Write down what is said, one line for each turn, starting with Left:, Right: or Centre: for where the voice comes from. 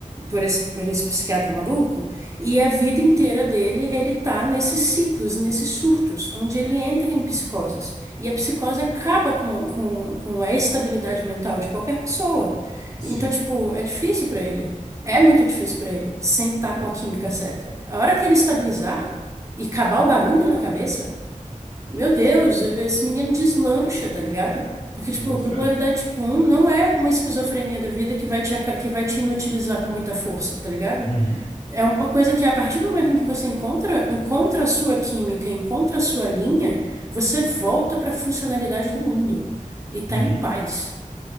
Right: por esse, por esse psiquiatra maluco, e a vida inteira dele, ele tá nesses ciclos, nesses surtos, onde ele entra em psicoses. E a psicose acaba com, com, com a estabilidade mental de qualquer pessoa.
Left: Sim.
Right: Então, tipo, é difícil pra ele. É muito difícil pra ele, sentar
Left: Pô,
Right: com a química certa. A hora que ele estabilizar e acabar o barulho na cabeça, meu Deus, esse menino deslancha, tá ligado? Porque,
Left: eu
Right: tipo,
Left: boto
Right: bipolaridade
Left: fé.
Right: tipo um não é uma esquizofrenia da vida que vai te, aca- que vai te inutilizar com muita força, tá ligado?
Left: Uhum,
Right: É uma coisa que a partir do momento em que você encontra, encontra a sua química, encontra a sua linha, você volta para a funcionalidade do mundo e tá
Left: uhum.
Right: em paz.